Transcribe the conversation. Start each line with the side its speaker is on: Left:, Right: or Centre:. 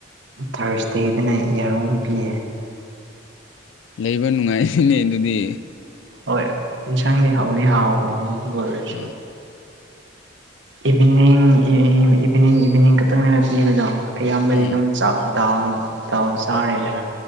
Right: ꯊꯥꯔꯁꯗꯦꯗꯅ ꯌꯥꯔꯨꯝ ꯄꯤꯌꯦ
Left: ꯂꯩꯕ ꯅꯨꯡꯉꯥꯏꯅꯦ ꯑꯗꯨꯗꯤ
Right: ꯍꯣꯏ ꯏꯟꯁꯥꯡꯗꯤ ꯍꯥꯎꯗꯤ ꯍꯥꯎꯕꯅꯦ ꯑꯗꯨ ꯑꯣꯏꯔꯁꯨ
Left: ꯑꯥ
Right: ꯏꯚꯤꯅꯤꯡ ꯏꯚꯤꯅꯤꯡ ꯏꯚꯤꯅꯤꯡ ꯈꯛꯇꯪꯅꯦꯅ ꯄꯤꯕꯗꯣ ꯑꯌꯥꯝꯕꯗꯤ
Left: ꯑꯥ
Right: ꯑꯗꯨꯝ ꯆꯥꯛ ꯗꯥꯜ ꯗꯥꯜ ꯆꯥꯔꯦꯗꯅ